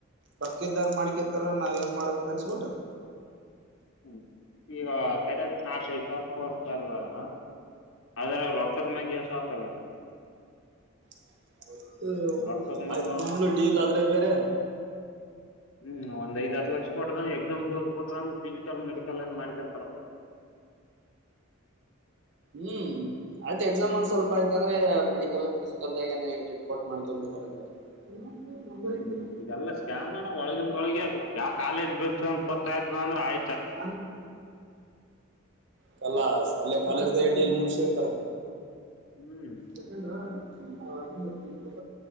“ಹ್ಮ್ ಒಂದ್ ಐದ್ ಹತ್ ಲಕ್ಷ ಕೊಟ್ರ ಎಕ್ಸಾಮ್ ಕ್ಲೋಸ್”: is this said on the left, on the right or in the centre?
Left